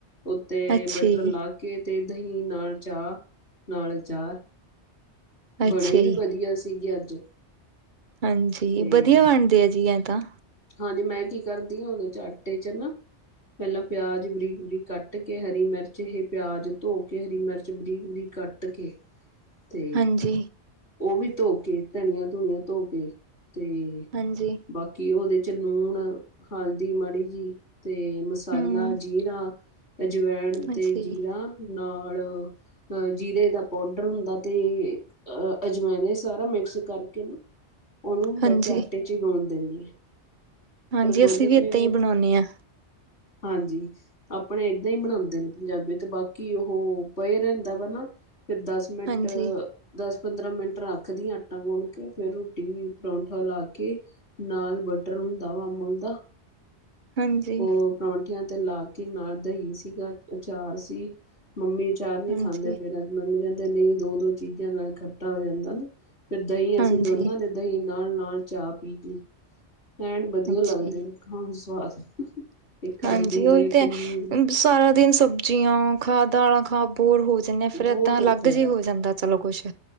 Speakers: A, on the left (about 70°); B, on the right (about 50°).
A: ਉਹ ਤੇ
B: ਅੱਛਾ
A: ਬਟਰ
B: ਜੀ।
A: ਲਾ ਕੇ ਤੇ ਦਹੀਂ ਨਾਲ ਚਾਹ ਨਾਲ ਚਾਰ ਬਣੇ
B: ਅੱਛਾ
A: ਵੀ
B: ਜੀ,
A: ਵਧੀਆ ਸੀਗੇ ਅੱਜ
B: ਹਾਂਜੀ
A: ਤੇ
B: ਵਧੀਆ ਬਣਦੇ ਆ ਜੀ ਐ ਤਾਂ
A: ਹਾਂਜੀ ਮੈਂ ਕੀ ਕਰਦੀ ਹਾਂ ਉਹਦੇ ਚ ਆਟੇ ਚ ਨਾ ਪਹਿਲਾਂ ਪਿਆਜ ਵਰੀਕ ਬੁਰੀ ਕੱਟ ਕੇ ਹਰੀ ਮਿਰਚ ਇਹ ਪਿਆਜ ਧੋ ਕੇ ਹਰੀ ਮਿਰਚ ਚ ਬਰੀਕ ਬਰੀ ਕੱਟ ਕੇ ਤੇ
B: ਹਾਂਜੀ।
A: ਉਹ ਵੀ ਧੋ ਕੇ ਧਨੀਆਂ ਧੁਣੀਆਂ ਧੋ ਕੇ ਤੇ
B: ਹਾਂਜੀ
A: ਬਾਕੀ ਉਹਦੇ 'ਚ ਲੂਣ ਹਲਦੀ ਮੜੀ ਜੀ ਅਤੇ ਮਸਾਲਾ
B: ਹੂੰ
A: ਜੀਰਾ ਅਜਵਾਇਣ ਤੇ
B: ਅੱਛਾ ਜੀ,
A: ਜੀਰਾ ਨਾਲ ਜੀਰੇ ਦਾ ਪਾਊਡਰ ਹੁੰਦਾ ਅਤੇ ਅ ਅਜਮਾਇਨ ਸਾਰਾ ਮਿਕਸ ਕਰਕੇ ਨਾ ਉਹਨੂੰ ਬ
B: ਹਾਂਜੀ।
A: ਆਟੇ ਚ ਹੀ ਗਗਾਉਣ ਦਿੰਦੀ ਆ
B: ਹਾਂਜੀ
A: ਫਿਰ ਗੁੰਨ
B: ਅਸੀਂ ਵੀ
A: ਕੇ
B: ਇਏਦਾਂ ਹੀ ਬਣਾਉਂਦੇ ਹਾਂ
A: ਹਾਂਜੀ ਆਪਣੇ ਏਦਾਂ ਹੀ ਬਣਾਉਂਦੇ ਨੇ ਪੰਜਾਬੀ ਤੇ ਬਾਕੀ ਉਹ ਪਏ ਰਹਿੰਦਾ ਵਾ ਨਾ ਫਿਰ ਦਸ ਮੈਂਟ
B: ਹਾਂਜੀ,
A: ਦਸ ਪੰਦਰਾਂ ਮਿੰਟ ਰੱਖਦੀ ਆਟਾ ਗੁਣ ਕੇ ਫੇਰ ਰੋਟੀ ਵੀ ਪਰੌਂਠਾ ਲ ਕੇ ਨਾਲ ਬਟਰ ਹੁੰਦਾ ਵਾ ਅਮੂਲ ਦਾ
B: ਹਾਂਜੀ,
A: ਉਹ ਪਰੌਂਠਿਆਂ ਤੇ ਲਾ ਕੇ ਨਾਲ ਦਹੀਂ ਸੀਗਾ ਅਚਾਰ ਸੀ ਮੰਮੀ ਚਾਰ ਨਹੀਂ
B: ਹਾਂਜੀ।
A: ਖਾਂਦੇ ਫਿਰ ਅੱਜ ਮੰਮੀ ਕਹਿੰਦੇ ਨਹੀਂ ਦੋ ਦੋ ਚੀਜ਼ਾਂ ਨਾਲ ਇਕੱਠਾ ਹੋ ਜਾਂਦਾ ਨਾ ਫਿਰ ਦਹੀਂ ਅਸੀਂ
B: ਹਾਂਜੀ,
A: ਦੋਨਾਂ ਨੇ ਦਹੀਂ ਨਾਲ ਨਾਲ ਚਾਹ ਪੀ ਲਈ ਐਣ ਵਧੀਆ
B: ਅੱਛਾ
A: ਲੱਗਦੇ
B: ਜੀ,
A: ਨੇ ਖਾਣ ਸਵਾਦ ਇੱਕ
B: ਹਾਂਜੀ
A: ਆਲੂ
B: ਉਹੀ
A: ਦੇ
B: ਤਾਂ
A: ਪਨੀਰ
B: ਹੈ ਸਾਰਾ ਦਿਨ ਸਬਜ਼ੀਆਂ ਖਾ ਦਾਲਾਂ ਖਾ ਬੋਰ ਹੋ ਜਾ ਜਿੰਨੇ
A: ਬਹੁਤ
B: ਫਿਰ ਏਦਾਂ
A: ਔਖਾ
B: ਅਲੱਗ ਜਿ
A: ਵਾ
B: ਹੋ ਜਾਂਦਾ ਚਲੋ ਕੁੱਛ